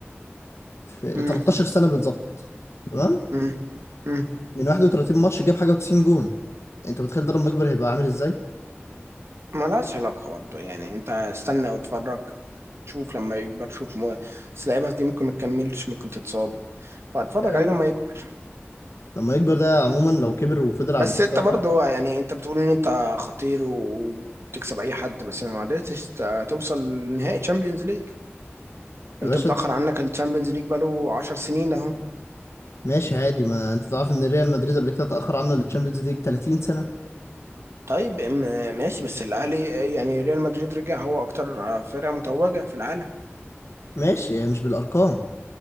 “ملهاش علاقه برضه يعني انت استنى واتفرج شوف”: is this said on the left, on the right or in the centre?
Right